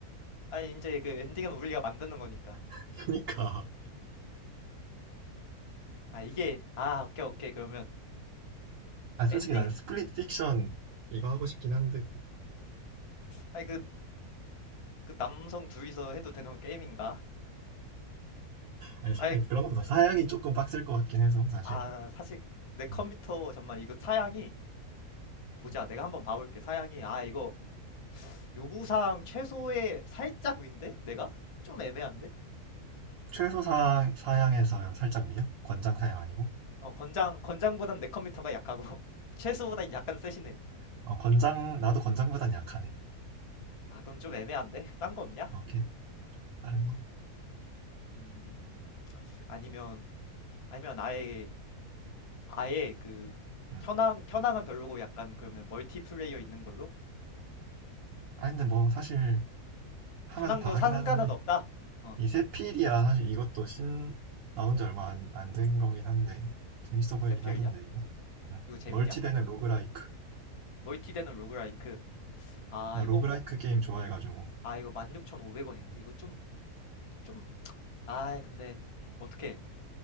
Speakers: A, on the left (about 50°); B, on the right (about 70°).
A: 아니, 이제 그 엔딩은 우리가 만드는 거니까.
B: <laughs> 그니까.
A: 아, 이게, 아, 오케이, 오케이. 그러면
B: 아, 솔직히
A: 엔딩,
B: 나는 스플릿 픽션 이거 하고 싶긴 한데,
A: 아니, 그 그 남성 둘이서 해도 되는 게임인가?
B: 아니, 사-
A: 아니,
B: 아니, 그런 것보다 사양이 조금 빡셀 것 같긴 해서, 사실.
A: 아, 사실 내 컴퓨터
B: 음.
A: 정말 이거 사양이 보자. 내가 한번 봐볼게. 사양이 아 이거 요구사항 최소의 살짝 위인데 내가 좀 애매한데?
B: 최소 사, 사양에서 살짝 위야? 권장 사양 아니고?
A: 어 건장 건장보단 내 컴퓨터가 약하고 <laughs> 최소보단 약간 세시네.
B: 어, 권장, 나도 권장보단 약하네.
A: 아 그럼 좀 애매한데? 딴 거 없냐?
B: 오케이, 다른 거.
A: 음 아니면 아니면 아예 아예 그
B: 음.
A: 현황 현황은 별로고 약간 그러면 멀티플레이어 있는 걸로?
B: 아, 근데 뭐, 사실, 하면
A: 현황도
B: 다 하긴
A: 사승가은
B: 하는데,
A: 없다. 어
B: 이 세필이야, 사실 이것도 신, 나온 지 얼마 안, 안 된 거긴 한데, 재밌어
A: 세필이야?
B: 보이긴 하던데, 이거.
A: 이거 재밌냐?
B: 멀티되는 로그라이크.
A: 멀티되는 로그라이크. 아,
B: 나
A: 이거,
B: 로그라이크
A: 어?
B: 게임 좋아해가지고,
A: 아, 이거 16,500원인데? 이거 좀, 좀, 아이, 근데, 어떻게.